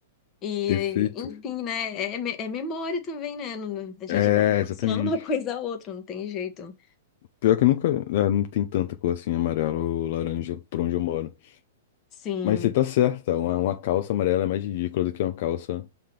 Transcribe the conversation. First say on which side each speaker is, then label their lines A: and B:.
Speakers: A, on the left; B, on the left.
A: E,
B: perfeito.
A: enfim, né? É, me- é memória também, né? não- A gente
B: É,
A: vai relacionando
B: exatamente.
A: uma <laughs> coisa a outra, não tem jeito.
B: Pior que eu nunca. é, não tem tanta cor assim, amarela ou laranja, por onde eu moro.
A: Sim.
B: Mas você tá certa, uma, uma calça amarela é mais ridícula do que uma calça